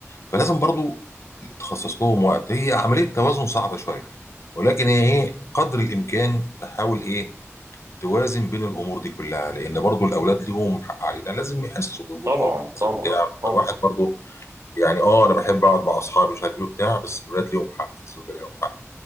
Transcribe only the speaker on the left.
فلازم برضو تخصص لهم وقت هي عملية توازن صعبة شوية ولكن هي ايه قدر الامكان تحاول ايه توازن بين الامور دي كلها لان برضو الاولاد ليهم حق علينا لازم يحسوا بوجود
اب لازم
بتاع
فالواحد برضو يعني اه انا بحب اقعد مع اصحابي مش عارف ايه وبتاع بس الولاد ليهم حق الزوجه ليهم حق